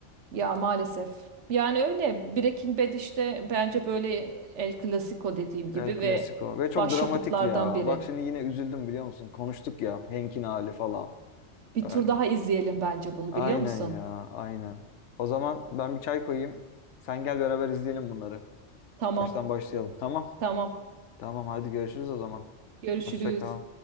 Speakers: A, on the right; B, on the left.
A: Ya maalesef. Yani öyle Breaking Bad işte bence böyle El Clasico dediğim gibi
B: El Clasico
A: ve
B: ve çok
A: başyapıtlardan
B: dramatik ya.
A: biri.
B: Bak şimdi yine üzüldüm biliyor musun? Konuştuk ya Hank'in hali falan.
A: Bir
B: Ay,
A: tur daha izleyelim bence bunu
B: Aynen
A: biliyor musun?
B: ya aynen. O zaman ben bir çay koyayım. Sen gel beraber izleyelim bunları.
A: Tamam,
B: Baştan başlayalım tamam.
A: tamam.
B: Tamam hadi görüşürüz o zaman.
A: Görüşürüz.
B: Hoşça kal.